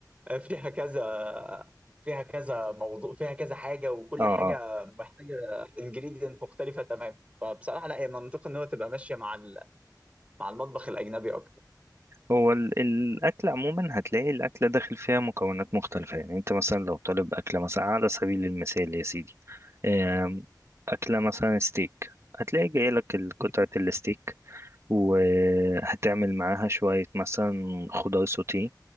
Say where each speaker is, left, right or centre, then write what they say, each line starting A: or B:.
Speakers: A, on the right; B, on the right.
A: آه، فيها كذا فيها كذا موضوع فيها كذا حاجه وكل
B: اه
A: حاجه
B: اه
A: محتاجه انجريدينت مختلفه تماما فبصراحه لا هي منطقي ان هو تبقى ماشيه مع ال- مع المطبخ الاجنبي اكتر
B: هو ال- الاكل عموما هتلاقي الاكل داخل فيها مكونات مختلفه يعني انت مثلا لو طالب اكله مثلا على سبيل المثال يا سيدي آم، اكله مثلا ستيك هتلاقي جاي لك
A: <laughs>
B: قطعه الستيك وهتعمل معاها شوية مثلا خضار سوتيه